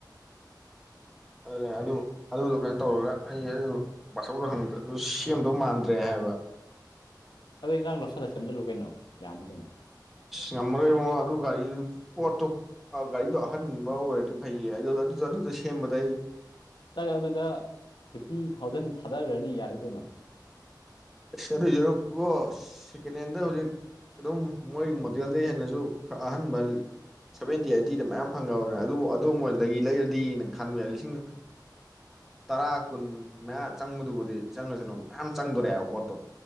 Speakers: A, in the centre; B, on the left (about 80°).
A: ꯑꯗꯨꯅꯦ ꯑꯗꯨ ꯑꯗꯨꯗꯣ ꯀꯩꯅꯣ ꯇꯧꯔꯒ ꯑꯩ ꯑꯗꯨ ꯕꯥꯆꯧꯗ ꯍꯪꯕꯗ ꯑꯗꯨ ꯁꯦꯝꯗꯧ ꯃꯥꯟꯗ꯭ꯔꯦ ꯍꯥꯏꯕ꯫
B: ꯑꯗꯨꯗꯤ ꯅꯪ ꯂꯧꯁꯤꯜꯂ ꯁꯦꯝꯖꯤꯜꯂꯨ ꯀꯩꯅꯣ ꯌꯥꯅꯤ ꯀꯩꯅꯣ꯫
A: ꯉꯝꯃꯔꯣꯏ ꯏꯕꯨꯡꯉꯣ ꯑꯗꯨ ꯒꯥꯔꯤ ꯄꯣꯠꯇꯣ ꯑꯥꯎ ꯒꯥꯔꯤꯗꯣ ꯑꯍꯟꯕ ꯑꯣꯏꯔꯗꯤ ꯐꯩꯌꯦ ꯑꯩ ꯑꯗꯨꯗ ꯁꯦꯝꯕꯗ ꯑꯩ
B: ꯇꯥꯛ ꯑꯗꯨꯗ ꯐꯤꯐꯇꯤ ꯊꯥꯎꯖꯟ ꯊꯥꯗꯈ꯭ꯔꯅꯤ ꯌꯥꯔꯦ ꯀꯩꯅꯣ꯫
A: ꯏꯁ ꯑꯗꯣꯏ ꯁꯔꯨꯛ ꯏꯕꯣ ꯁꯦꯀꯦꯟꯍꯦꯟꯗ ꯍꯧꯖꯤꯛ ꯑꯗꯨꯝ ꯃꯣꯏꯒꯤ ꯃꯣꯗꯦꯜꯗ ꯍꯦꯟꯅꯁꯨ ꯈꯔ ꯑꯍꯟꯕ ꯁꯚꯦꯟꯇꯤ ꯑꯥꯏꯠꯇꯤꯗ ꯃꯌꯥꯝ ꯐꯪꯉꯕꯅꯦ ꯑꯗꯨꯕꯨ ꯑꯗꯨꯝꯕ ꯂꯩ ꯂꯩꯔꯗꯤꯅ ꯈꯟꯕ ꯌꯥꯏ ꯂꯤꯁꯤꯡ ꯇꯔꯥ ꯀꯨꯟ ꯃꯌꯥ ꯆꯪꯕꯗꯨꯕꯨꯗꯤ ꯆꯪꯉꯁꯅꯨ ꯃꯌꯥꯝ ꯆꯪꯗꯣꯔꯦ ꯍꯥꯏꯕ꯫ ꯄꯣꯠꯇꯣ